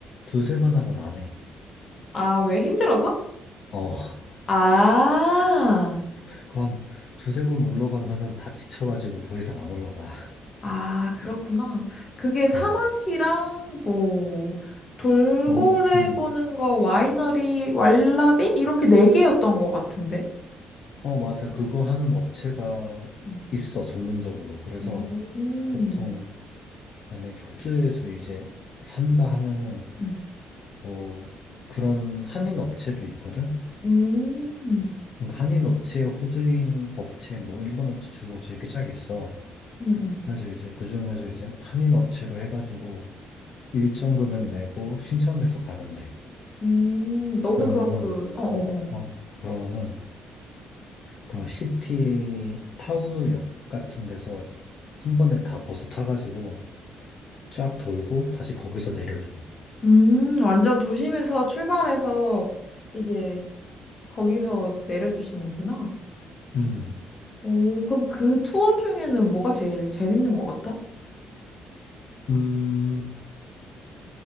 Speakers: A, on the left; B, on the left.
A: 두세 번 하면 안 해.
B: 아, 왜 힘들어서?
A: 어, <laughs>
B: 아,
A: 그거 한 두세 번 올라가면은 다 지쳐가지고 더 이상 안 올라가.
B: 아, 그렇구나. 그게 사막이랑
A: 어,
B: 뭐 돌고래
A: 뭐, 음.
B: 보는 거, 와이너리, 왈라비 이렇게 네 개였던 것 같은데.
A: 어, 맞아. 그거 하는 업체가
B: 음,
A: 있어, 전문적으로. 그래서
B: 음,
A: 보통 만약에 호주에서 이제 산다 하면은
B: 음,
A: 뭐 그런 한인 업체도 있거든?
B: 음,
A: 그러니까 한인 업체, 호주인 업체, 뭐 일본 업체, 중국 업체 이렇게 쫙 있어.
B: 음,
A: 그래서 이제 그중에서 이제 한인 업체로 해가지고 일정 금액 내고 신청해서 가면 돼.
B: 음. 너는
A: 그러면은,
B: 그럼 그, 어, 어, 어.
A: 어, 그러면은 그 시티 타운홀역 같은 데서 한 번에 다 버스 타가지고 쫙 돌고 다시 거기서 내려줘.
B: 음, 완전 도심에서 출발해서 이제 거기서 내려주시는구나.
A: 음.
B: 오, 그럼 그 투어 중에는 뭐가 제일 재밌는 것 같아?
A: 음.